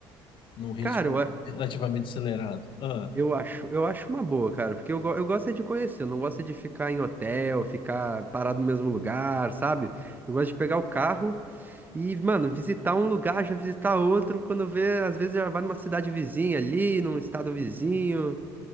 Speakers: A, on the left; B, on the right.
A: num ritmo
B: Cara, eu, a-
A: relativamente acelerado? Ah.
B: eu acho, eu acho uma boa, cara, porque eu, go- eu gosto é de conhecer, eu não gosto é de ficar em hotel, ficar parado no mesmo lugar, sabe? Eu gosto de pegar o carro e, mano, visitar um lugar, já visitar outro, quando vê, às vezes já vai numa cidade vizinha ali, num estado vizinho.